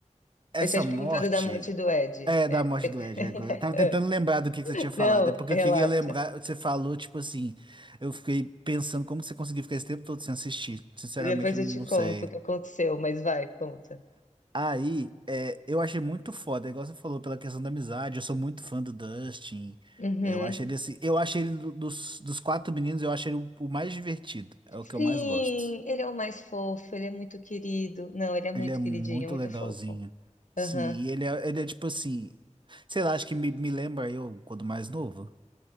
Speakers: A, on the right; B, on the left.
A: essa
B: Eu tinha te
A: morte.
B: perguntado da morte do Ed.
A: É,
B: É,
A: da morte
B: que você-
A: do Ed
B: <laughs>
A: é, agora. Eu tava tentando
B: Ah.
A: lembrar do que que você tinha falado.
B: Não,
A: É porque
B: relaxa.
A: eu queria lembrar. Você falou, tipo assim. Eu fiquei pensando como que você conseguiu ficar esse tempo todo sem assistir. Sinceramente,
B: Depois
A: eu
B: eu
A: não
B: te conto
A: sei.
B: o que aconteceu, mas vai, conta.
A: Aí, é, eu achei muito foda, igual você falou, pela questão da amizade. Eu sou muito fã do Dustin.
B: Uhum.
A: É, Eu achei ele assim. Eu achei ele do- dos, dos quatro meninos, eu achei ele o, o mais divertido. É o
B: Sim,
A: que eu mais gosto.
B: ele é o mais fofo, ele é muito querido. Não, ele é muito
A: Ele é muito
B: queridinho, muito
A: legalzinho.
B: fofo.
A: Sim,
B: Aham.
A: e ele é, ele é tipo assim. Sei lá, acho que me, me lembra eu quando mais novo.